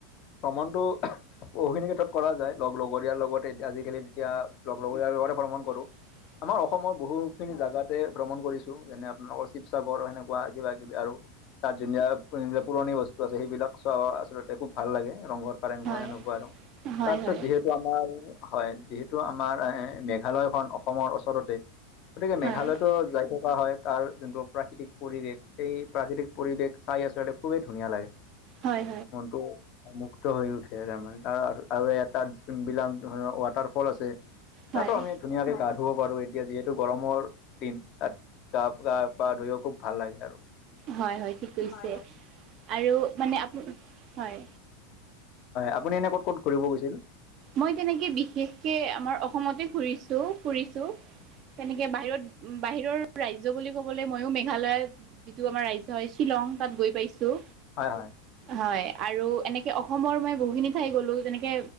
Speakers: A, on the left; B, on the right.
A: ভ্ৰমণটো বহুখিনি ক্ষেত্ৰত কৰা যায় লগৰীয়াৰ লগতে আজিকালি যেতিয়া লগৰীয়াৰ লগতে ভ্ৰমণ কৰো।
B: <inaudible>
A: আমাৰ অসমৰ বহু খিনি জাগাতে ভ্ৰমণ কৰিছো যেনে আপোনালোকৰ শিৱসাগৰ সেনেকুৱা কিবা কিবি আৰু <unintelligible> পুৰণি বস্তু আছে সেইবিলাক চোৱা আচলতে খুব ভাল লাগে ৰংঘৰ কাৰেংঘৰ
B: হয়
A: সেনেকুৱা আৰু
B: হয়
A: তাৰ পিছত
B: হয়
A: যিহেত- তু আমাৰ হয় যিহেতু আমাৰ এ মেঘালয়খন অসমৰ ওচৰতে গতিকে
B: হয়
A: মেঘালয়তো যায় থো- কোৱা হয় তাৰ যোনটো প্ৰাকৃতিক পৰিৱেশ সেই প্ৰাকৃতিক পৰিৱেশ চাই <unintelligible> খুবেই ধুনীয়া লাগে
B: হয়
A: মনটো মুক্ত হৈ উঠে তাৰমানে তাৰ আৰু এটাত যোনবিলাক ধৰণৰ ৱাটাৰ ফল আছে।
B: হয়
A: তাতো
B: হয়
A: আমি ধুনীয়াকে গা ধুব পাৰো এতিয়া যিহেতু গৰমৰ দিন তাত গা গা পা ধুইও খুব ভাল লাগে আৰু।
B: হয় হয়। ঠিক কৈছে
A: <unintelligible> হয়
B: আৰু মানে আপু হয়
A: আপুনি এনে ক'ত ক'ত ঘূৰিব গৈছিল?
B: মই তেনেকে বিশেষকে আমাৰ অসমতে ঘুৰিছো ফুৰিছো। তেনেকে বাহিৰত বাহিৰৰ ৰাজ্য বুলি ক'বলে মইও মেঘালয়ত যিটো আমাৰ ৰাইজ হয় শ্বিলং তাত গৈ পাইছো।
A: হয় হয়।
B: হয় আৰু এনেকে অসমৰ মই বহুখিনি ঠাই গ'লো যেনেকে